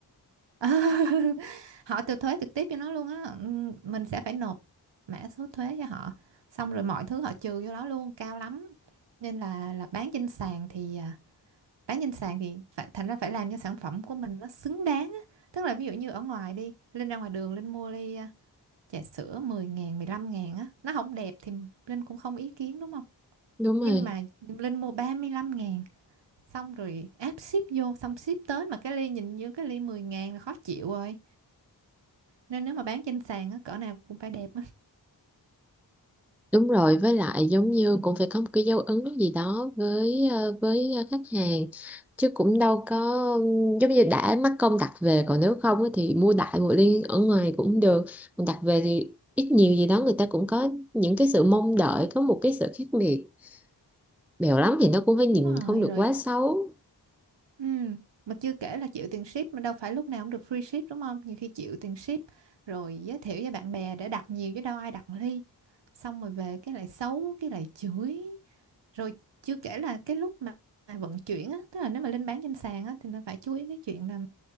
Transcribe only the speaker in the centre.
đúng
rồi
Đúng rồi, với lại giống như cũng phải có một cái dấu ấn gì đó với ờ, với ờ, khách hàng chứ cũng đâu có giống như đã mắc công đặt về còn nếu không á thì mua đại một liên ở ngoài cũng được còn đặt về thì ít nhiều gì đó người ta cũng có những cái sự mong đợi có một cái sự khác biệt bèo lắm thì nó cũng phải nhìn
không được
quá xấu